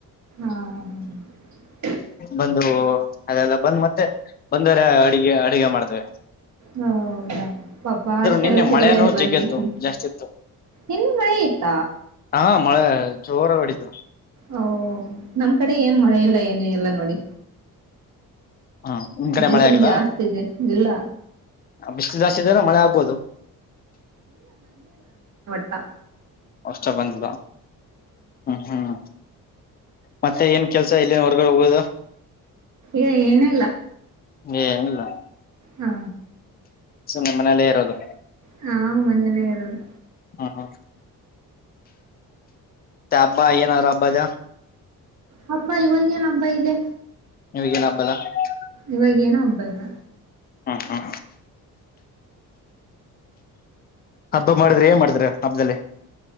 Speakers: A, on the right; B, on the left.
A: ಹ್ಮ
B: ಬಂದು ಅದೆಲ್ಲ ಬಂದ್ ಮತ್ತೆ ಒಂದರೆ ಅಡುಗೆ ಅಡುಗೆ ಮಾಡ್ತೆವೆ.
A: ಹಾ ಹೌದಾ ಪಬ್ಬಾ ಅಷ್ಟೆಲ್ಲ
B: ನಿನ್ನೆ
A: ತಿರುಗಾಡಿ
B: ಮಳೆನೂ
A: ಬಂದಿರಿ,
B: ಜಗ್ಗತ್ತು ಜಾಸ್ತಿ ಇತ್ತು
A: ಇಲ್ಲಿ ಮಳೆ ಇತ್ತ?
B: ಹಾ ಮಳೆ ಜೋರ ಒಡಿತು‌
A: ಓ ನಮ್ ಕಡೆ ಏನ್ ಮಳೆ ಇಲ್ಲ ಏನು ಎಲ್ಲ ನೋಡಿ
B: ಹಾ ನಿಮ್ ಕಡೆ
A: ಬಿಸಿಲು
B: ಮಳೆ ಆಗಿಲ್ಲ
A: ಜಾಸ್ತಿ ಇದೆ ಇಲ್ಲ
B: ಬಿಸಿಲು ಜಾಸ್ತಿ ಇದ್ರೆ ಮಳೆ ಆಗ್ಬೋದು
A: ಲಾ
B: ಅಷ್ಟ ಬಂದಿಲ್ಲ ಹ್ಮ ಹ್ಮ್ ಮತ್ತೆ ಏನ್ ಕೆಲ್ಸ ಇಲ್ಲಿ ಹೊರ್ಗಡೆ ಹೋಗುದು
A: ಏ ಏನ ಇಲ್ಲ
B: ಏನಿಲ್ಲ
A: ಹಾ
B: ಸುಮ್ಮನೆ ಮನೇಲ್ಲೇ ಇರೋದು
A: ಹಾ ಮನೆಯಲ್ಲಿ ಇರದು
B: ಹಾ ಹಾ ತ್ಯಬ್ಬಾ ಆನ ಅಬ್ಬದ
A: ಹಬ್ಬ ಇವಾಗೇಏನ ಹಬ್ಬ ಇದೆ
B: ನೀವ್ಗೇನ್ ಹಬ್ಬಲ್ಲಾ <inaudible>
A: ಇವಾಗ ಏನ ಹಬ್ಬ ಇಲ್ಲ
B: ಹ್ಮ್ ಹ್ಮ ಹಬ್ಬ ಮಾಡಿದ್ರೆ ಏನ್ ಮಾಡಿದ್ರ ಹಬ್ಬದಲ್ಲಿ